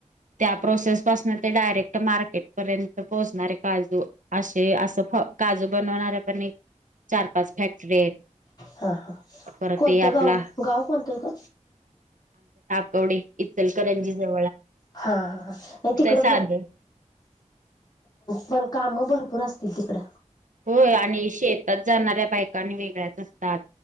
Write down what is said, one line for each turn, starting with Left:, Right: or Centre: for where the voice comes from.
Right: त्या प्रोसेस पासून ते डायरेक्ट मार्केट पर्यंत पोहोचणारे काजू. असे असं फ काजू बनवणार्या पण एक चार पाच फॅक्टरी आहेत.
Left: हा हा
Right: पर
Left: कोणतं
Right: ते आपला
Left: गाव गाव कोणतं का
Right: कवडे इलकरंजीसंन
Left: हा हा नाही तिकड
Right: साधं
Left: पण काम भरपूर. भरपूर असतील तिकडे.
Right: होय आणि शेतात जाणाऱ्या बायकांनी वेगळ्याच असतात.